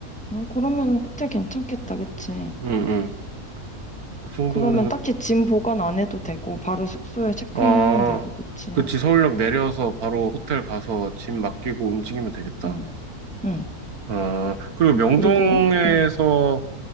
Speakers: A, in the centre; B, on the right (about 80°).
A: 음, 그러면 호텔 괜찮겠다, 그치?
B: 음, 음. 그 정도면
A: 그러면 딱히 짐 보관 안 해도 되고 바로 숙소에 체크인
B: 아,
A: 하면 되고, 그치?
B: 그치. 서울역 내려서 바로 호텔 가서 짐 맡기고 움직이면 되겠다.
A: 응, 응.
B: 아, 그리고 명동에서
A: 그리고 응.